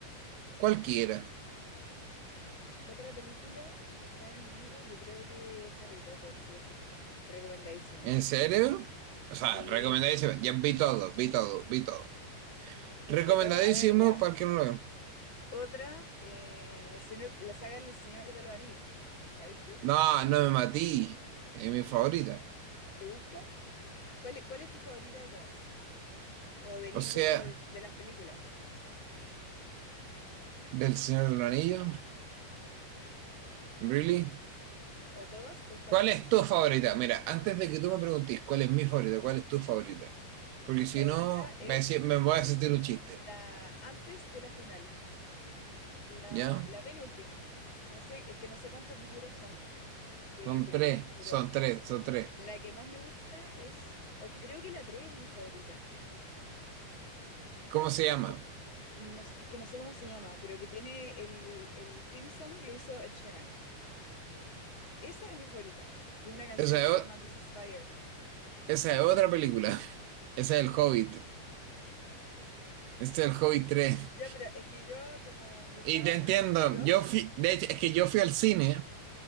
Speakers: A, on the right; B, on the left.
A: Cualquiera.
B: Otra película basada en un libro, yo creo que Harry Potter, sí o sí. Recomendadísima.
A: ¿En serio? O sea,
B: Sí,
A: recomendadísimo. Ya vi todo, vi todo, vi todo.
B: ¿viste
A: Recomendadísimo
B: todo? A ver, ya.
A: para el que no lo vea.
B: Otra, eh, el señor, la saga del Señor de los Anillos. ¿La viste?
A: No, no me matí. Es mi favorita.
B: ¿Te gusta? ¿Cuál, e- cuál es tu favorita de todas? ¿O de libros
A: O sea,
B: o de, de las películas?
A: del Señor del Anillo. ¿Really?
B: ¿O todas? ¿Te gustan
A: ¿Cuál
B: todas?
A: es tu favorita? Mira, antes de que tú me preguntes cuál es mi favorita, cuál es tu favorita. Porque
B: Mi
A: si
B: favorita
A: no,
B: es
A: me, deci- me voy a sentir un chiste.
B: la antes de la final, la,
A: ¿Ya?
B: la penúltima. No sé, es que no sé cuántos números son de
A: Son
B: películas,
A: tres,
B: pero
A: son tres, son tres.
B: La que más me gusta es, o creo que la 3 es mi favorita,
A: ¿Cómo se llama?
B: que no es que no sé cómo se llama, pero que tiene el, el theme song lo hizo Ed Sheeran. Esa es mi favorita, que es una canción
A: Esa
B: que
A: es,
B: se
A: o-
B: llama This is Fire.
A: esa es otra película. <laughs> Esa es El Hobbit. Este es El Hobbit 3.
B: Ya, pero es que yo como me estaba
A: Y te
B: basando
A: entiendo.
B: en libros,
A: Yo fui, de hecho, es que yo fui al cine